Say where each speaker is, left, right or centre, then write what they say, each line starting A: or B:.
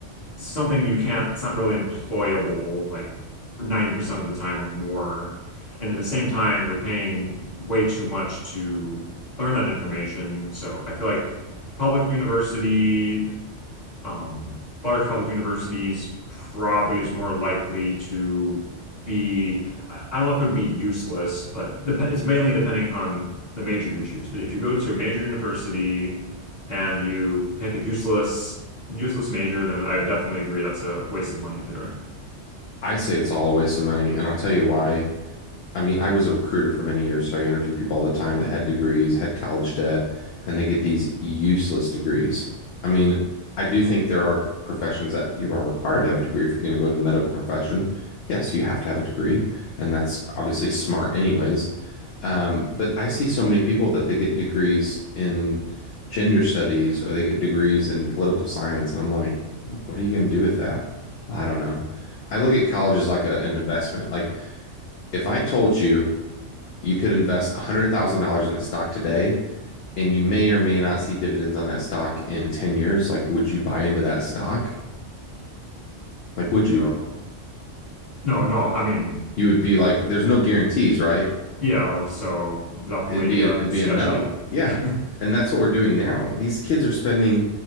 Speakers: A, on the left; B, on the left.
A: something you can't, it's not really employable like for 90% of the time or more. And at the same time, you're paying way too much to learn that information. So I feel like public university um, large public universities probably is more likely to be, I I don't know if it would be useless, but dep it's mainly depending on the major you choose. But if you go to a major university and you pick a useless, useless major, then I definitely agree that's a waste of money there.
B: I say it's all a waste of money, and I'll tell you why. I mean, I was a recruiter for many years, so I interview people all the time that had degrees, had college debt, and they get these useless degrees. I mean, I do think there are professions that you are required to have a degree if you're going to go into the medical profession. Yes, you have to have a degree, and that's obviously smart anyways. Um, but I see so many people that they get degrees in gender studies or they get degrees in political science, and I'm like, what are you going to do with that? I don't know. I look at college as like a, an investment. Like if I told you you could invest $100,000 in a stock today and you may or may not see dividends on that stock in 10 years. Like, would you buy into that stock? Like, would
A: Yeah.
B: you?
A: No, no, I mean,
B: You would be like, there's no guarantees, right?
A: yeah, so definitely
B: It'd be a,
A: uh,
B: it'd be
A: sketchy.
B: a no. Yeah.
A: <laughs>
B: And that's what we're doing now. These kids are spending